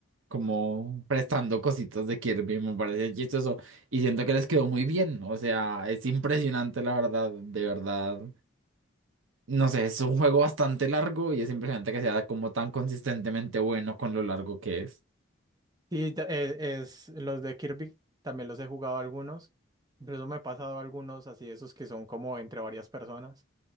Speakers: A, on the right; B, on the right.
A: como prestando cositas de Kirby, me parece chistoso y siento que les quedó muy bien, o sea, es impresionante la verdad, de verdad. No sé, es un juego bastante largo y es impresionante que sea como tan consistentemente bueno con lo largo que es.
B: Sí, ta- eh, es, los de Kirby, también los he jugado algunos, incluso me he pasado algunos así, esos que son como entre varias personas.